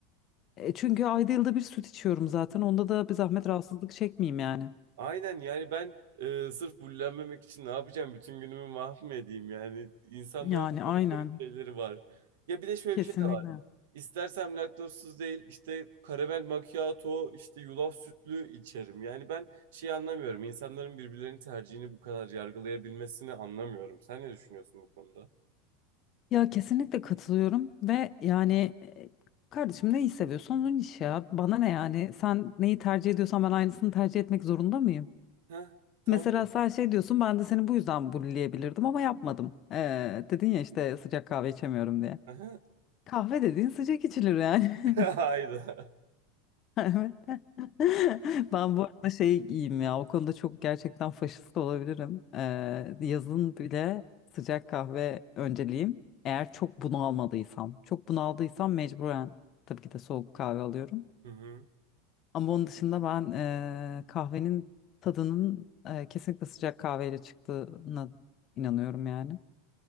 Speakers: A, on the left; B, on the right.
A: E, çünkü ayda yılda bir süt içiyorum zaten. Onda da bir zahmet rahatsızlık çekmeyeyim yani.
B: Aynen yani ben e, sırf bullenmemek için ne yapacağım? Bütün günümü mahvedeyim yani. İnsanların
A: Yani aynen.
B: böyle garip şeyleri var. Ya bir de şöyle
A: Kesinlikle.
B: bir şey de var. İstersem laktozsuz değil işte karamel macchiato işte yulaf sütlü içerim. Yani ben şey anlamıyorum. İnsanların birbirlerinin tercihini bu kadar yargılayabilmesini anlamıyorum. Sen ne düşünüyorsun bu konuda?
A: Ya kesinlikle katılıyorum ve yani e, kardeşim neyi seviyorsan onun işi ya. Bana ne yani? Sen neyi tercih ediyorsan ben aynısını tercih etmek zorunda mıyım?
B: Heh, tamam.
A: Mesela sen şey diyorsun ben de seni bu yüzden bulleyebilirdim ama yapmadım. Ee, dedin ya işte sıcak kahve içemiyorum diye.
B: Aha.
A: Kahve dediğin sıcak içilir yani.
B: <laughs> Hayda.
A: <laughs> <laughs> Evet. <laughs> Ben bu arada şey giyeyim ya. O konuda çok gerçekten faşist olabilirim. Ee, yazın bile sıcak kahve önceliğim. Eğer çok bunalmadıysam. Çok bunaldıysam mecburen tabii ki de soğuk kahve alıyorum.
B: Hı hı.
A: Ama onun dışında ben e, kahvenin tadının e, kesinlikle sıcak kahveyle çıktığına inanıyorum yani.